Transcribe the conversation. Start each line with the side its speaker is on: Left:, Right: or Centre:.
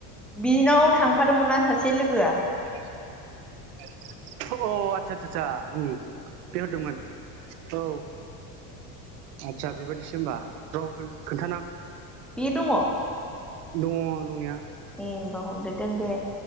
Centre: बिनाव थांफादोंमोनना सासे लोगोआ
Right: अ आतसा आतसा आसा ओम बे हरदोंमोन औ आदसा बेबायाददिसो हबा र'खो खोन्थानां।
Centre: बे दङ
Right: दङ दंनाया
Centre: ए <unintelligible> हरदेरदों बे